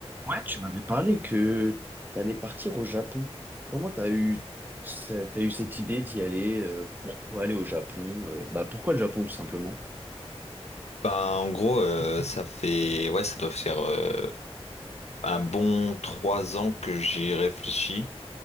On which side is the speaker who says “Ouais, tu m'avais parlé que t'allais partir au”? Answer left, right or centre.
Right